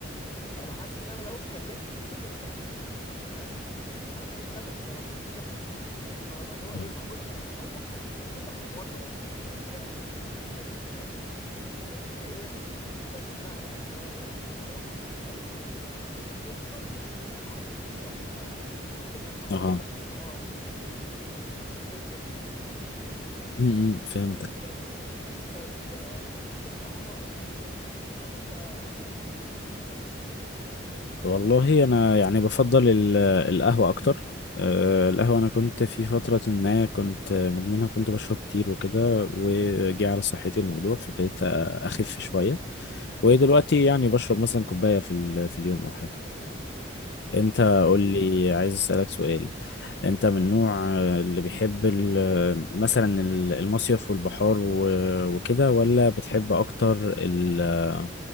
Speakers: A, on the left; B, on the left.
A: فبحس ان انا لو اتكلمت ممكن الكلام يخني فاهم ودي حاجه ناد- نادره بصراحه بس بتحصل فببقى اللي هو ايه
B: م-
A: لا بص انا هروح وابعت مش خوفا من المواجهه والله انا كده كده يعني <laughs> انا شرس جدا <laughs> عادي بس ايه بس لا يعني اللي هو ايه لا انا هروح واكتبها له وهتوصل بالشكل اللي انا عايزه بالظبط فاهم ممكن لما اقولها
B: اه
A: ما ت... اه لا ما تهتش ال... الحته دي فاهم
B: م- م، فهمتك
A: بس يعني طيب آه، انت شخص بتاع قهوه ولا بتاع شاي عامه ولا انت ولا حاجه من دولت اصلا
B: والله انا يعني بفضل ال- القهوه اكتر آه، القهوه انا كنت في فتره ما كنت مدمنها وكنت بشرب كتير وكده وجي على صحتي الموضوع فبقيت اخف شويه
A: ماشي
B: ودلوقتي يعني بشرب مثلا كوبايه في ال- في اليوم او حاجه
A: طب
B: انت
A: حلو جميل
B: قول لي عايز اسالك سؤال انت من النوع آه، اللي بيحب ال- مثلا ال- المصيف والبحار و- وكده ولا بتحب اكتر ال- آه،